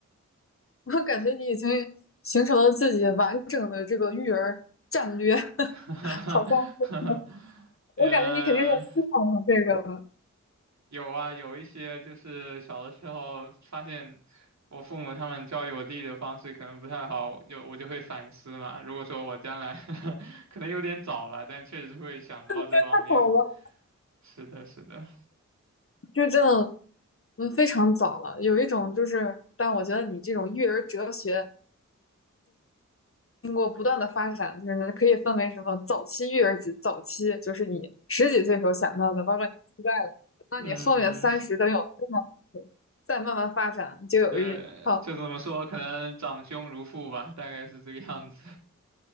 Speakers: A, on the left; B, on the right.
A: <laughs> 我感觉你已经形成了自己完整的这个育儿战略，<laughs>
B: <laughs>
A: 好像。
B: 呃，
A: 我感觉你肯定是思考了这个了。
B: 有啊，有一些就是小的时候发现我父母他们教育我弟的方式可能不太好，有我就会反思嘛。如果说我将来 <laughs> 可能有点早吧，但确实会想到这方面。
A: 太早了，
B: 是的，是的，
A: 就真的，嗯，非常早了。有一种就是，但我觉得你这种育儿哲学经过不断的发展，就是可以分为什么早期育儿指早期就是你十几岁时候想到的，包括你现在了，那你后面三十都有了这么，
B: 嗯，
A: 再慢慢发展，
B: <laughs>
A: 你就有一套。
B: 对，就这么说，可能长兄如父吧，大概是这个样子。